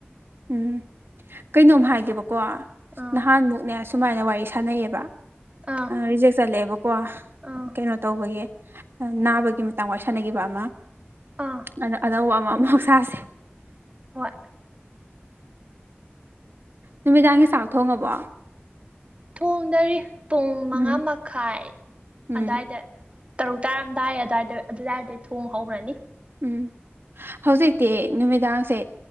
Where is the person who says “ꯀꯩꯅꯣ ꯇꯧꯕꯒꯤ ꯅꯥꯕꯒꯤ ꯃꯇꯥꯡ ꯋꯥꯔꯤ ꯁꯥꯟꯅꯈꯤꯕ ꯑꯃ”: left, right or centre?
Right